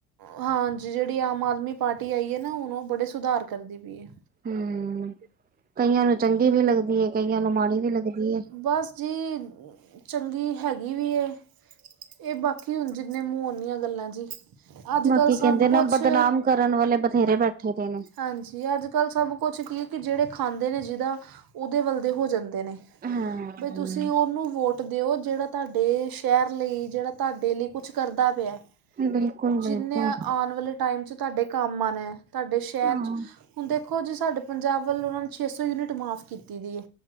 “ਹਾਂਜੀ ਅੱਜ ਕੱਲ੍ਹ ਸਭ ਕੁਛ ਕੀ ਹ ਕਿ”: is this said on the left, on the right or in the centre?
Right